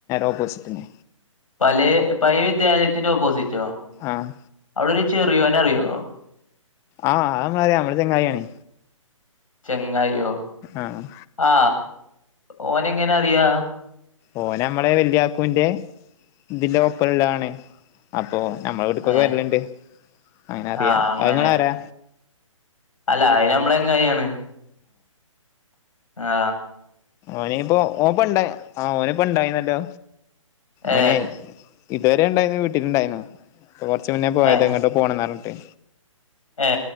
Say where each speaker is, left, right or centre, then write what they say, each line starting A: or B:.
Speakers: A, on the left; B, on the left.
A: ഓപ്പോസിറ്റിന്നെ
B: പലേ പഴേ വിദ്യാലയത്തിന്റെ ഓപ്പോസിറ്റോ?
A: ആഹ്
B: അവിടെരു ചെറിയോനെ അറിയോ?
A: ആഹ് ആ മളെ മ്മള ചങ്ങായിയാണ്
B: ചെങ്ങായോ?
A: ആ ആഹ്
B: ആ ഓനെ എങ്ങനെ അറിയാ?
A: ഓന നമ്മളെ വല്യായാക്കൂന്റെ ഇതിന്റെ ഒപ്പമള്ളതാണ് അപ്പൊ നമ്മളവിടക്കൊക്കെ
B: ഏഹ്
A: വരല്ണ്ട് അങ്ങനെ അറിയാ
B: ആഹ് അങ്ങനെ
A: അത്ങ്ങളെ ആരാ?
B: അല്ല അത് നമ്മളെ ചെങ്ങായാണ് ആ
A: ഓനയിപ്പോ ഓപ്പ ണ്ട ആ ഓന ഇപ്പോ ഉണ്ടായിന്നല്ലോ
B: ഏ
A: ഓനെ ഇതുവരെ ണ്ടായിരുന്നു വീട്ടില്ണ്ടായിരുന്നു കൊറച്ച് മുന്നേ പോയത്
B: ഏ
A: എങ്ങ്ട്ടോ പോണംന്നറഞ്ഞിട്ട്
B: ഏ